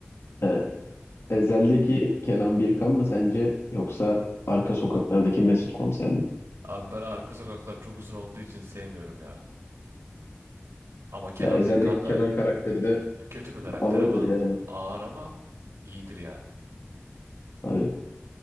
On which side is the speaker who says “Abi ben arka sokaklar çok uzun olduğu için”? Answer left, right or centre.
Right